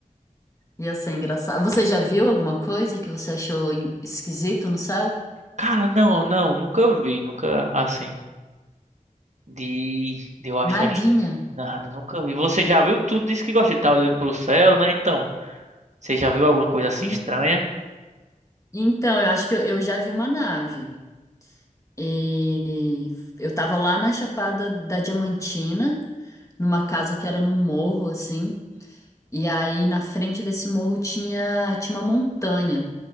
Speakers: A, on the left; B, on the right.
A: Ia ser engraçado. Você já viu alguma coisa que você achou en- esquisito no céu?
B: Cara, não, não, nunca vi, nunca assim. De, de eu achar
A: Nadinha.
B: isso- nada, nunca vi. Você já viu? Tu disse que gosta de estar olhando pro céu, né? Então, você já viu alguma coisa assim
A: En-
B: estranha?
A: Então, eu acho que eu eu já vi uma nave. E eu tava lá na Chapada da Diamantina, numa casa que era num morro, assim. E aí, na frente desse morro tinha, tinha uma montanha,